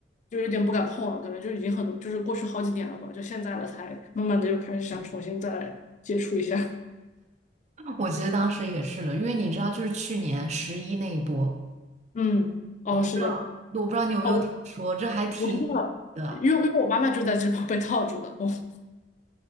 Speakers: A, on the left; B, on the right.
A: 就有点不敢碰了，感觉就已经很多，就是过去好几年了吧，就现在了才慢慢的又开始想重新再来接触一下。<laughs>
B: 我其实当时也是的，因为你知道，就是去年十一那一波，
A: 嗯，哦，
B: 我不知道，
A: 是的，
B: 我不知道你有没有听说，
A: 哦，我
B: 这还挺
A: 我知道了，
B: 的。
A: 因为因为我妈妈就在这方被套住的，<laughs>